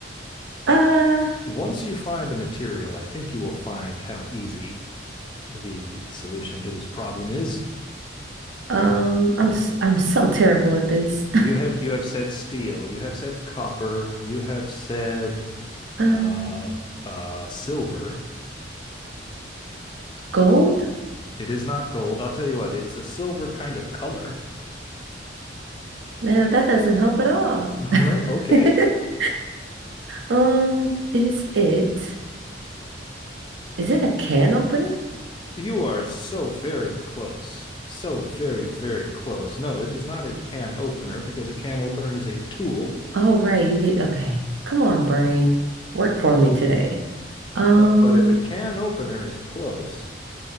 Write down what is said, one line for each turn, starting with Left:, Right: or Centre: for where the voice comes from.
Right: Uh.
Left: Once you find the material, I think you will find how easy the solution to this problem is.
Right: Um. I'm. s- I'm so terrible at this. <laughs>
Left: You have you have said steel, you have said copper, you have said
Right: Um.
Left: uh uh silver.
Right: Gold?
Left: It is not gold. I'll tell you what, it's a silver kind of color.
Right: Nah, that doesn't help at all.
Left: <laughs> Well, okay.
Right: <laughs> Um, is it is it a can opener?
Left: You are so very close. So very, very close. No, it is not a can opener because a can opener is a tool
Right: Oh, right, you did. Okay. Come on, brain. Work for me today. Um,
Left: But, but if a can opener is close,